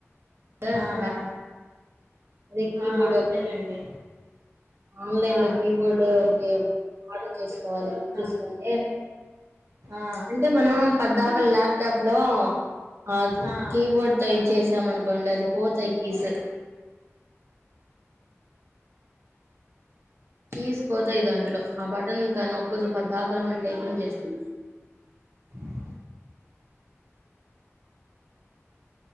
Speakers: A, on the right (about 55°); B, on the right (about 80°).
A: కదా
B: ఆహా
A: లా- అదే కీబోర్డ్
B: ఆ అంతేలేండి
A: ఒకటి ఆన్లైన్
B: ఆ
A: లో కీబోర్డు ఒకటో ఆర్డర్ చేసుకోవాలి బుక్ చేసుకుంటే
B: ఆ ఆ
A: అంటే మనం పద్దాకల ల్యాప్టాప్ లో అ
B: ఆ
A: కీబోర్డ్ తో చేద్దాం అనుకోండి అది పోతాయి కీసు కీస్ పోతాయి దాంట్లో ఆ బటన్ ఇంకా నొక్కదు పద్దాకల మనం టైపింగ్ చేస్తుంది
B: ఆ